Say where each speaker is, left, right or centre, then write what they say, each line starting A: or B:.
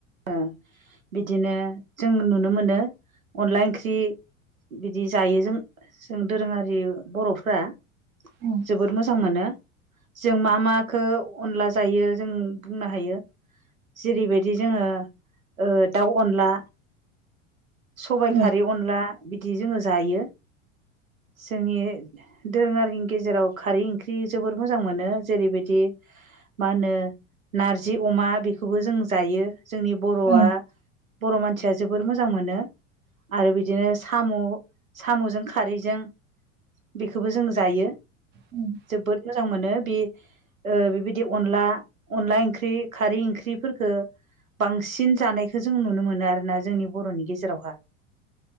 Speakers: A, on the right (about 85°); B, on the right (about 25°).
A: ओ बिदिनो जों नुनो मोनो अनला ओंख्रि बिदि जायो जों जों दोरोङारि बर'फोरा
B: औ
A: जोबोर मोजां मोनो। जों मा माखो अनला जायो जों बुंनो हायो जेरैबायदि जोङो ओ दाउ अनला, सबाय
B: औ
A: खारै अनला बिदि जोङो जायो जोंनि दोरोङारिनि गेजेराव खारै ओंख्रि जोबोर मोजां मोनो जेरैबायदि मा होनो नारजि अमा बेखौबो जों जायो। जोंनि बर'आ
B: औ
A: बर, मानसिया जोबोर मोजां मोनो। आरो बिदिनो साम' साम'जों खारैजों बेखोबो जों जायो।
B: अम
A: जोबोद मोजां मोनो बि ओ बेबायदि अनला अनला ओंख्रि खारै ओंख्रिफोरखो बांसिन जानायखो जों नुनो मोनो आरोना जोंनि बरनि गेजेरावहा।